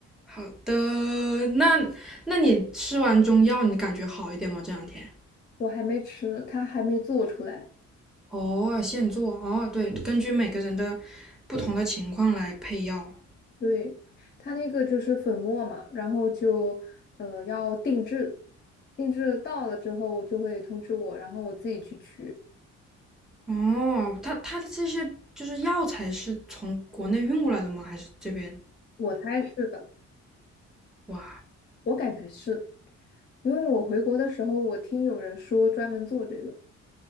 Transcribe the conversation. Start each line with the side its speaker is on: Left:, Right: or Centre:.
Centre: 好的，那那你吃完中药，你感觉好一点吗？这两天？
Left: 我还没吃，它还没做出来。
Centre: 哦，现做哦，对，根据每个人的不同的情况来配药。
Left: 对，它那个就是粉末嘛，然后就呃要定制，定制到了之后就会通知我，然后我自己去取。
Centre: 哦，它它的这些就是药材是从国内运过来的吗？还是这边？
Left: 我猜是的，
Centre: 哇，
Left: 我感觉是，因为我回国的时候我听有人说专门做这个，